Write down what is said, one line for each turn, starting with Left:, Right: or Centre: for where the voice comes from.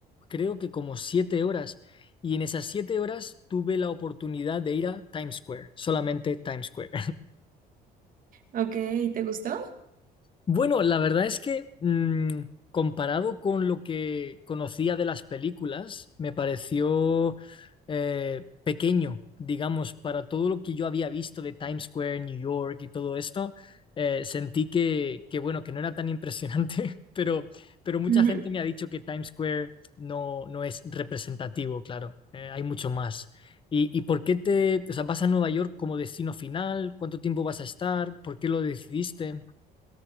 Left: creo que como siete horas y en esas siete horas tuve la oportunidad de ir a Times Square, solamente Times Square.
Right: Ok, ¿te gustó?
Left: Bueno, la verdad es que mm, comparado con lo que conocía de las películas, me pareció eh, pequeño, digamos, para todo lo que yo había visto de Times Square, New York y todo esto. eh, sentí que, que, bueno, que no era tan impresionante, <laughs> pero, pero mucha
Right: Ujú.
Left: gente me ha dicho que Times Square no, no es representativo, claro, eh, hay mucho más. ¿Y, y por qué te, o sea, vas a Nueva York como destino final? ¿Cuánto tiempo vas a estar? ¿Por qué lo decidiste?